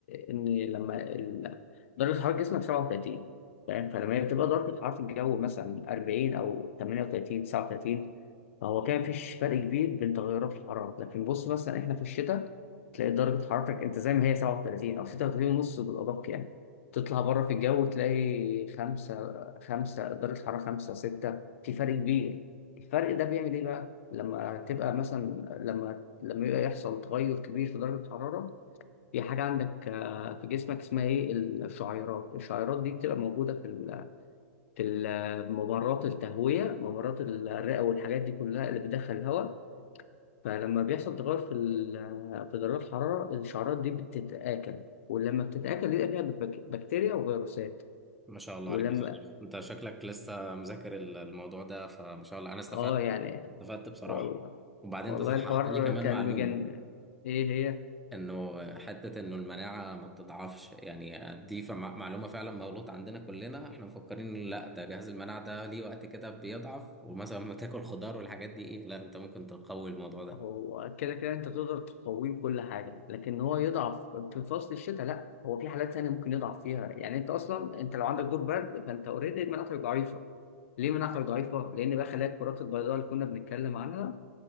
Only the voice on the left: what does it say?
إن لما ال- درجة حرارة جسمك 37 فاهم فلما هي بتبقى درجة حرارة الجو مثلا 40 أو 38 39 فهو كان مفيش فرق كبير بين تغيرات الحرارة لكن بص مثلا إحنا في الشتاء تلاقي درجة حرارتك أنت زي ما هي 37 أو 36 ونص بالأدق يعني تطلع بره في الجو تلاقي خمسة خمسة درجة حرارة خمسة ستة في فرق كبير الفرق ده بيعمل ايه بقى لما تبقى مثلا لما لما يبقى يحصل تغير كبير في درجة الحرارة في حاجة عندك آه، في جسمك اسمها ايه الشعيرات الشعيرات دي بتبقى موجودة في ال- في ال- ممرات التهوية ممرات الرئة والحاجات دي كلها اللي بتدخل الهواء فلما بيحصل تغير في ال- في درجة الحرارة الشعيرات دي بتتآكل ولما بتتآكل يبقى فيها بك- بكتيريا وفيروسات
ولما
اه يعني
والله
والله
الحوار
كان
مجنن ايه هي
هو كده كده انت تقدر تقويه بكل حاجه لكن هو يضعف في فصل الشتاء لا هو في حالات ثانيه ممكن يضعف فيها يعني انت اصلا انت لو عندك دور برد فانت اوريدي مناعتك ضعيفه ليه مناعتك ضعيفه لان بقى خلايا الكرات البيضاء اللي كنا بنتكلم عنها